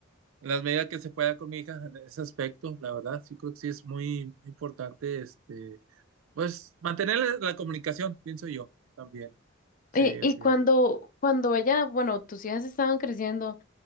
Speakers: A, on the right (about 75°); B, on the left (about 40°).
A: en las medidas que se pueda con mi hija en ese aspecto, la verdad. Sí, creo que sí es muy importante, este, pues mantener la, la comunicación, pienso yo también. Sí,
B: Y,
A: así
B: y cuando,
A: es.
B: cuando ella, bueno, tus hijas estaban creciendo,